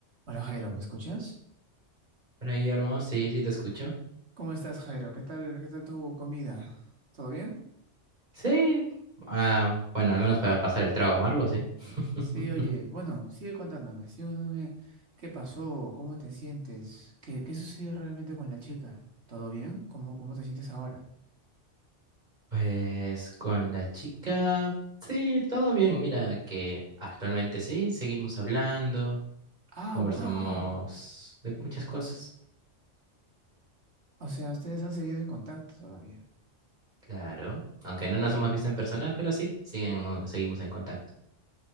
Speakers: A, on the right (about 60°); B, on the right (about 35°).
A: Hola Jairo, ¿me escuchas?
B: Hola Guillermo, sí, sí te escucho.
A: ¿Cómo estás, Jairo? ¿Qué tal, qué tal tu comida? ¿Todo bien?
B: Sí, ah, bueno, al menos para pasar el trago amargo, sí. <laughs>
A: Sí, oye, bueno, sigue contándome, sigue contándome qué pasó, cómo te sientes, qué, qué sucedió realmente con la chica. ¿Todo bien? ¿Cómo, cómo te sientes ahora?
B: Pues con la chica, sí, todo bien. Mira que actualmente sí, seguimos hablando,
A: Ah,
B: conversamos
A: wow.
B: de muchas cosas,
A: O sea, ustedes han seguido en contacto todavía.
B: claro. Aunque no nos hemos visto en persona, pero sí, seguimos, seguimos en contacto.